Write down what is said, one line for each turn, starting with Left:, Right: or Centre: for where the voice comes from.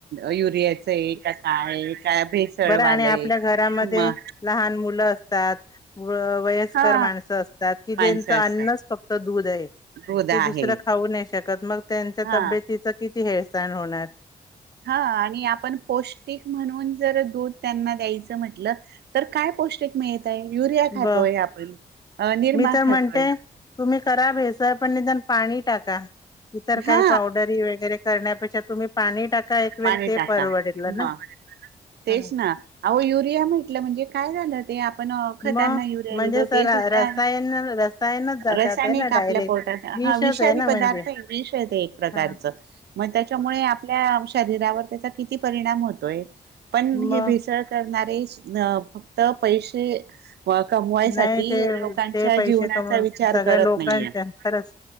Right: युरियाचं आहे का काय आहे का भेसळवालं
Left: बरं आणि आपल्या
Right: आहे
Left: घरामध्ये
Right: म
Left: लहान मुलं असतात व- वयस्कर
Right: हा
Left: माणसं असतात की ज्यांचं
Right: माणसं
Left: अन्न
Right: असतात
Left: फक्त त दुधहे
Right: दूध
Left: ते
Right: आहे
Left: दुस खाऊ नाही शकत मग त्यांच्या
Right: हा
Left: तब किती हेळसाण होणार?
Right: हा आणि आपण पौष्टिक म्हणून जर दूध त्यांना द्यायचं म्हटलं तर काय पौष्टिक मिळतय? युरिया खातोय
Left: ब
Right: आपण निरमा
Left: मी तर
Right: खातोय.
Left: म्हणते तुम्ही करा भेसल पण निदान पाणी टाका इतर
Right: हा
Left: काही पावडरी वगैरे करण्यापेक्षा तुम्ही पाणी टाका एक वेळ
Right: पाणी
Left: ते
Right: टाका
Left: परवडेललं
Right: म
Left: ना.
Right: तेच
Left: ह!
Right: ना अहो! युरिया म्हेटलं म्हणजे काय झालं ते पण अ खंत्यांना
Left: मग
Right: युरिया
Left: म्हणजे
Right: दिलो
Left: सर
Right: ते सुद्धा
Left: रसायन रसायनच जातात
Right: रसायनिक
Left: आहे ना
Right: आपल्या
Left: डायरेक्ट
Right: पोटात.
Left: विषच
Right: हा विषारी
Left: आहे ना
Right: पदार्थ
Left: म्हणजे
Right: विष ये ते एक प्रकारच
Left: हा
Right: मग त्याच्यामुळे त्या शरीरावर त्याचा किती परिणाम होतोय पण हे
Left: मग
Right: भेसळ करणारे सु आ फक्त पैसे कमवायसाठी
Left: नाही ते
Right: लोकांच्या
Left: ते पैसे
Right: जीवनाचा
Left: कम
Right: विचार
Left: सगळ्या
Right: करत
Left: लोकांच्या
Right: नाहीये
Left: खच